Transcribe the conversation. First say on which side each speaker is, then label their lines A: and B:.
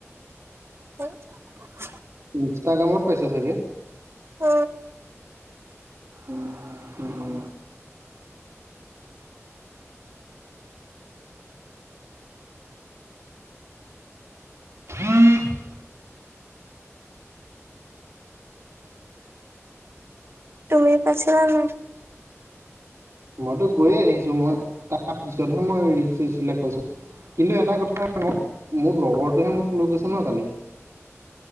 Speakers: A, on the right; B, on the right.
A: হ <unintelligible>
B: ইন্ষ্টাগ্ৰামত পাইছা চাগে।
A: অ'।
B: উম, উম, উম। <inaudible>
A: তুমি পাইছিলা নে নাই।
B: মইতো গৈয়ে আহিছোঁ মই তাৰ পিছতহে মই ৰীলছ- ছীলচ বিলাক পাইছোঁ। কিন্তু এটা কথা মই মোৰ লগৰটোহে মোক লৈ গৈছে ন কালি।